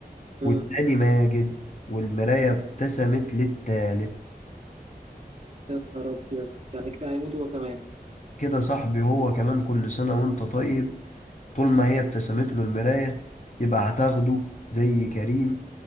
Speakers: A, on the right; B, on the left.
A: اه
B: والتاني ماجد والمراية ابتسمت للتالت
A: يا نهار ابيض يعني كده هيموت هو كمان
B: كده صاحبي هو كمان كل سنة وانت طيب طول ما هي ابتسمت له المراية يبقى هتاخده زي كريم